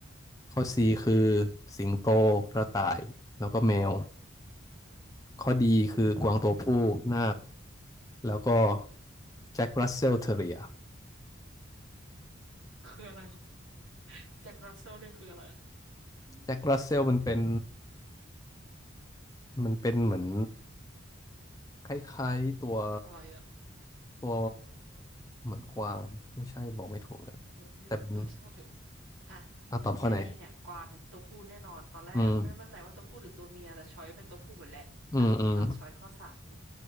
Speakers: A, on the left; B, on the right.
A: ข้อซีคือสิงโตกระต่ายแล้วก็แมวข้อดีคือกวางตัวผู้นาค
B: อืม
A: แล้วก็แจ็ครัสเซลเท r เรีย
B: คืออะไรวะแจ็ครัสเซลนี่คืออะไรอะอืม
A: แจ็ครัสเซลมันเป็นมันเป็นเหมือนคล้ายๆตัว
B: อะไรอะ
A: ตัวเหมือนกวางไม่ใช่บอกไม่ถูกเลย
B: เออไม่รู้เออช่างมันเถอะ
A: แต่มัน
B: อ่ะ
A: อ่ะตอบข้อไหน
B: แฮร์รี่เนี่ยกวางตัวผู้แน่นอนตอนแรกอะไม่มั่นใจว่าตัวผู้หรือตัวเมียแต่ช้อยเป็นตัวผู้หมดแหละอ่ะตัดช้อยข้อสาม
A: อืมอืมอืม